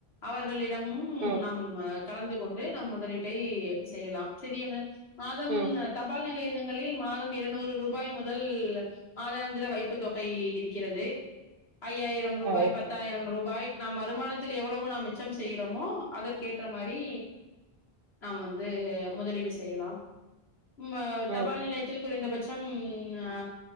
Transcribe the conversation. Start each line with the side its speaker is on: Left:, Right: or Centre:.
Left: அவர்களி டமும்
Right: ம்
Left: நாம் கலந்து கொண்டு நம் முதலீட்டை செய்யலாம் செரியங்க மாதம்
Right: ம்
Left: தபால் நிலையங்களில் மாதம் இருநூறு ரூபாய் முதல் மாதாந்திர வைப்பு தொகை இருக்கிறது ஐயாயிரம் ரூபாய்
Right: ஆ ஓகே
Left: பத்தாயிரம்
Right: தோழி.
Left: ரூபாய் நம் வருமானத்தில் எவ்வளவு நாம் மிச்சம் செய்யகிறோமோ அதற் கேற்ற மாரி நாம் வந்து முதலீடு செய்யலாம் ம் தபால்
Right: ம்
Left: நிலையத் தில் குறைந்தபட்சம் அ